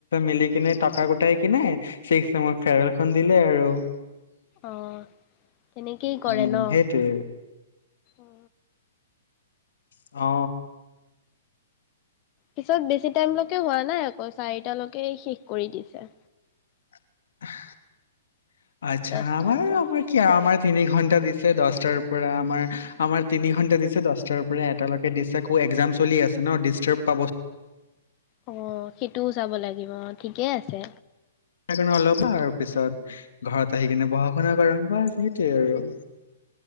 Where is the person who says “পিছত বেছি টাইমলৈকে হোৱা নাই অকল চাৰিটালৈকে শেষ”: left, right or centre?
Left